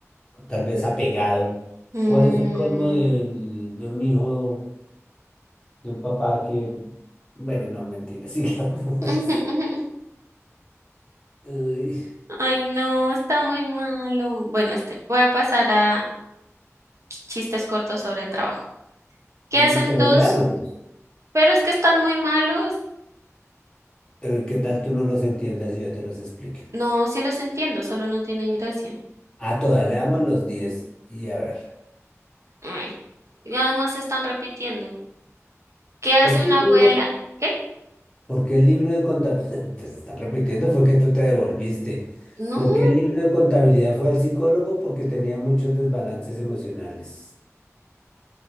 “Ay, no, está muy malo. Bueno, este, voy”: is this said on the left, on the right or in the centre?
Right